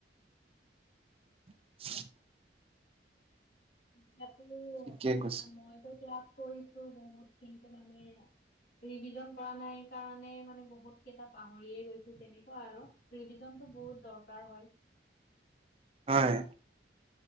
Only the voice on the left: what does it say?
<unintelligible>
মইতো ক্লাছ কৰিছোঁ বহুত, কিন্তু মানে ৰিভিজন কৰা নাই কাৰণে মানে বহুত কেইটা পাহৰিয়ে গৈছোঁ, তেনেকুৱা আৰু ৰিভিজন বহুত দৰকাৰ হয়।